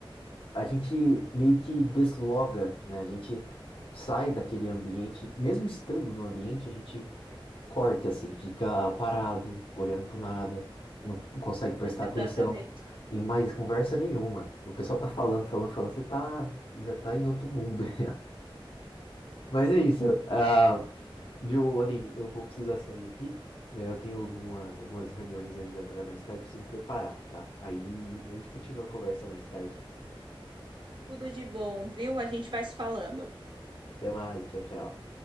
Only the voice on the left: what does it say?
a gente meio que desloga, né? A gente sai daquele ambiente, mesmo estando no ambiente, a gente corta assim, fica parado, olhando pro nada, não consegue prestar
atenção.
E mais conversa nenhuma. O pessoal tá falando, falando, falando, você tá, já tá em outro mundo. <laughs> já. Mas é isso. Ah, viu, Aline, eu vou precisar sair aqui, né? Eu tenho alguma- algumas reuniões ainda agora mais tarde, preciso me preparar, tá? Aí a gente continua a conversa mais tarde.
Até mais, tchau, tchau.